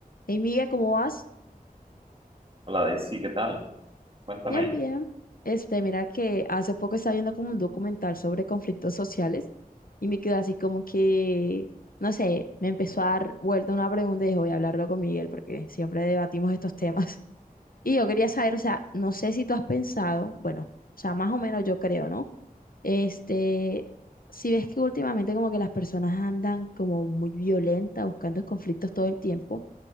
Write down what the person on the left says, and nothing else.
Hey, Miguel, ¿cómo vas?
Bien, bien. Este, mira que hace poco estaba viendo como un documental sobre conflictos sociales y me quedó así como que, no sé, me empezó a dar vuelta una pregunta y dije, voy a hablarlo con Miguel porque siempre debatimos estos temas. <laughs> Y yo quería saber, o sea, no sé si tú has pensado, bueno, o sea, más o menos yo creo, ¿no? Este, si ves que últimamente como que las personas andan como muy violentas buscando conflictos todo el tiempo.